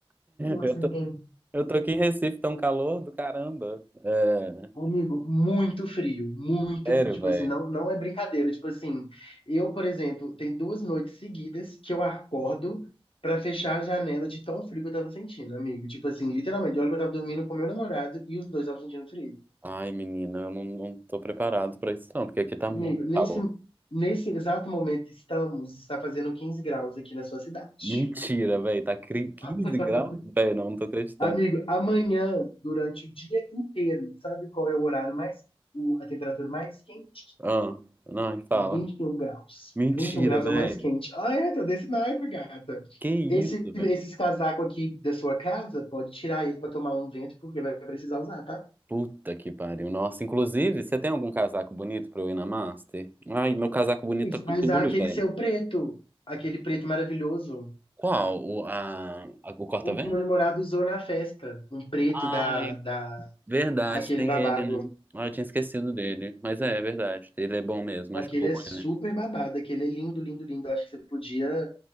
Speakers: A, on the left; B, on the right.
A: Nossa,
B: Eu tô,
A: bem.
B: eu tô aqui em Recife, tá um calor do caramba. É,
A: Amigo, muito frio, muito
B: sério,
A: frio. Tipo
B: véi.
A: assim, não, não é brincadeira. Tipo assim, eu, por exemplo, tem duas noites seguidas que eu acordo pra fechar a janela de tão frio que eu tava sentindo, amigo. Tipo assim, literalmente, olha que eu tava dormindo com meu namorado e os dois estavam sentindo frio.
B: Ai, menina, eu não, não tô preparado pra isso, não, porque aqui tá muito
A: Amigo, nesse,
B: calor.
A: nesse exato momento estamos, está fazendo 15 graus aqui na sua cidade.
B: Mentira, velho, tá cri- 15
A: <laughs>
B: graus? Velho, não, não tô acreditando.
A: Amigo, amanhã, durante o dia inteiro, sabe qual é o horário mais, o- a temperatura mais quente?
B: Ah, não, fala.
A: 21 graus.
B: Mentira,
A: 21 graus
B: velho.
A: é o mais quente. Ah, é, tá desse naipe, gata.
B: Que isso,
A: Esse, esses
B: velho.
A: casacos aqui da sua casa, pode tirar ele pra tomar um vento, porque vai precisar usar, tá?
B: Puta que pariu. Nossa, inclusive, você tem algum casaco bonito pra eu ir na Master? Ai, meu casaco bonito
A: E Você
B: tá
A: vai
B: com tule,
A: usar aquele
B: velho.
A: seu preto, aquele preto maravilhoso.
B: Qual? O, a, a- o corta-vento?
A: O que meu namorado usou na festa. Um preto
B: Ai,
A: da, da,
B: verdade,
A: aquele
B: tem
A: babado.
B: ele, né? Ah, eu tinha esquecido dele. Mas é, é verdade, ele é bom mesmo,
A: Aquele
B: acho que eu vou
A: é
B: com
A: super
B: ele.
A: babado, aquele é lindo, lindo, lindo. Eu acho que você podia